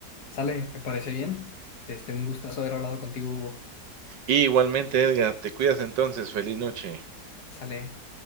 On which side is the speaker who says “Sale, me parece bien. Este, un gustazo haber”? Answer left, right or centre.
Left